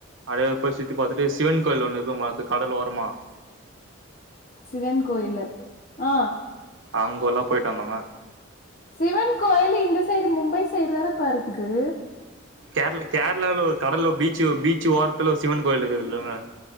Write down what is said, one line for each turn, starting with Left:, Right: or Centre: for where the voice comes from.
Right: அத போய் சுத்தி பாத்துட்டு சிவன் கோயில் ஒன்னு இருக்கும்க்கு கடல் ஓரமா
Left: சிவன் கோயில்லு ஆ
Right: அங்கோல்லா போயிட்டு வந்தோங்க
Left: சிவன் கோயிலு இந்த சைடு மும்பை சைடு தானே பா இருக்குது
Right: கேரள கேரளாவுல ஒரு கடல்ல பீச்சு பீச்சு ஓரத்துல ஒரு சிவன் கோயிலிகிதுல்லாங்க